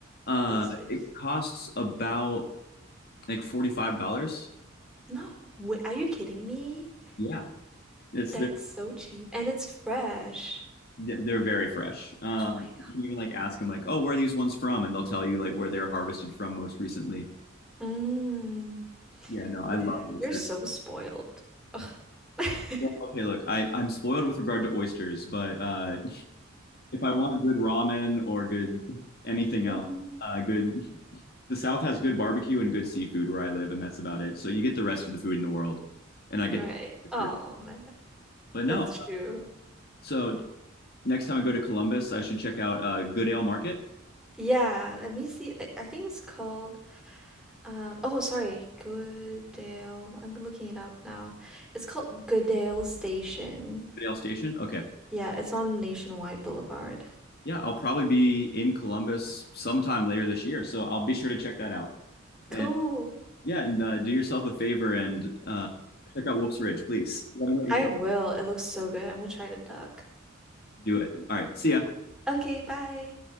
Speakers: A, on the left; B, in the centre.
A: uh
B: oysters
A: it costs about like $45.
B: no way are you kidding me
A: Yeah. It's
B: That's so cheap, and it's fresh.
A: th- they're very fresh. Um,
B: Oh my
A: you can even like ask them like, "Oh, where are these ones from?" and they'll tell you like where they're harvested from most recently.
B: god. Mm.
A: Yeah, no, I love
B: Yeah,
A: oysters.
B: you're so spoiled. Ugh. <laughs>
A: Well, okay, look, I I'm spoiled with regard to oysters, but uh, <laughs> if I want good ramen or good anything
B: Mhm.
A: else, uh, good. <laughs> The South has good barbecue and good seafood where I live, and that's about it. So you get the rest of the food in the world, and I
B: Right.
A: get. oysters.
B: Oh man,
A: But no,
B: that's true.
A: so next time I go to Columbus, I should check out uh, Goodale Market,
B: Yeah, let me see. I, I think it's called um oh sorry, Goodale. I'm looking it up now. It's called Goodale Station.
A: Goodale Station. Okay.
B: Yeah, it's on Nationwide Boulevard.
A: Yeah, I'll probably be in Columbus sometime later this year, so I'll be sure to check that out. And
B: Cool.
A: yeah, and uh, do yourself a favor and uh, check out Wolf's Ridge, please. Let me know what you
B: I
A: think.
B: will. It looks so good. I'm gonna try to duck.
A: Do it. All right, see ya.
B: Okay, bye.